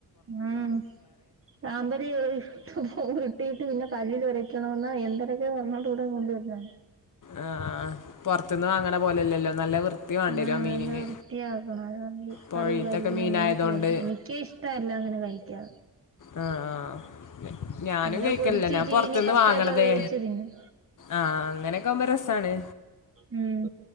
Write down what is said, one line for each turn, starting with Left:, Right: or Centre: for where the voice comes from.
Right: ഉം അമ്പറി കിട്ടീട്ട് പിന്നെ കല്ലിൽ ഒരയ്ക്കണന്ന് എന്തരൊക്കെ വന്നോട്ട കൂടെ കൊണ്ടുവരുന്നാണ്
Left: ആ പുറത്തന്ന് വാങ്ങണ പോലെല്ലല്ലോ നല്ല വൃത്തി വേണ്ടിവരും
Right: ആഹ
Left: ആ മീനിന്
Right: നല്ല വൃത്തിയാക്കണം അത
Left: പുഴീത്തൊക്കെ
Right: കറിറായിരിക്കുന്ന
Left: മീനായതുകൊണ്ട്
Right: മീനൊക്കെ പഠ എനിക്കേ ഇഷ്ടമല്ല അങ്ങനെ കഴിക്കാെ
Left: ആഹ ഞാനും
Right: ഇവിടെ
Left: കഴിക്കല
Right: പൊരിച്ച്
Left: ഞാൻ
Right: ചീനി
Left: പൊറത്തുന്ന്
Right: കപ്പയൊക്കെ
Left: വാങ്ങണതേ
Right: വേവിച്ച് തിന്നും
Left: ആഹ അങ്ങനെയൊക്കെ ആകുമ്പോ രസാണ്
Right: ഉം